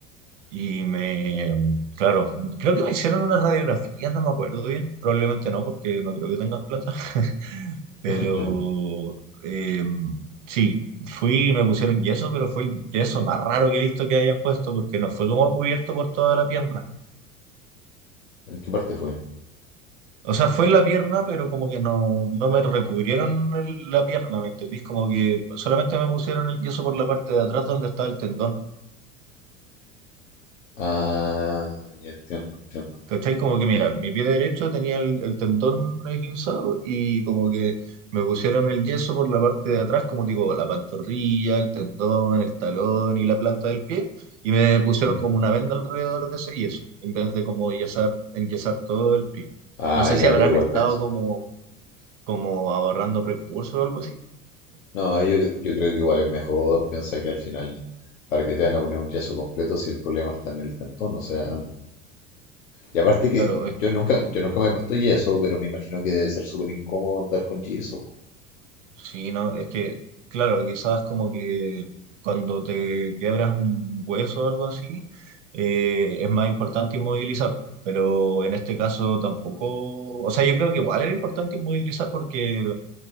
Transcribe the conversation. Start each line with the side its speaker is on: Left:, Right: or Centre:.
Right: y me, claro, creo que me hicieron unas radiografías, no me acuerdo bien, probablemente no, porque no creo que tengan plata. <laughs> Pero
Left: <laughs> Lol,
Right: eh, sí, fui y me pusieron yeso, pero fue el yeso más raro que he visto que hayan puesto, porque no fue como cubierto por toda la pierna.
Left: ¿En qué parte fue?
Right: O sea, fue en la pierna, pero como que no, no me recubrieron el- la pierna, ¿me entendís? Como que solamente me pusieron el yeso por la parte de atrás donde estaba el tendón.
Left: Ah, ya entiendo, entiendo.
Right: ¿Cachai? Como que mira,
Left: Es-
Right: mi pie derecho tenía el, el tendón esguinzado y como que me pusieron el yeso por la parte de atrás, como tipo la pantorrilla, el tendón, el talón y la planta del pie, y me pusieron
Left: sí.
Right: como una venda alrededor de ese yeso, en vez de como yesar, enyesar todo el pie.
Left: Ah,
Right: No sé
Left: ya,
Right: si habrán
Left: pero igual
Right: estado
Left: piensa.
Right: como, como ahorrando recursos o algo así.
Left: No, yo, yo creo que igual es mejor. Piensa que al final, ¿para qué te van a poner un yeso completo si el problema está en el tendón? O sea, y aparte que
Right: Claro,
Left: yo nunca, yo nunca me he puesto yeso, pero me imagino que debe ser súper incómodo andar con yeso.
Right: Sí, no, es que, claro, quizás como que cuando te quiebras un hueso o algo así, eh, es más importante inmovilizar, po, pero en este caso tampoco, o sea, yo creo que igual era importante inmovilizar porque